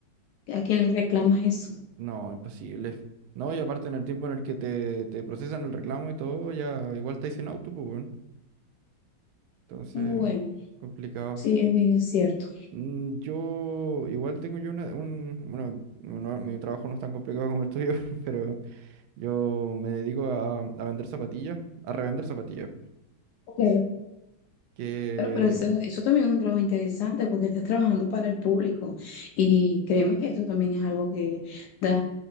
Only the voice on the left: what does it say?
¿A quién le reclamas eso?
Bueno,
sí, es bien, es cierto.
Ok.
Bueno, pero eso, eso también es un trabajo interesante porque estás trabajando para el público y créeme que esto también es algo que da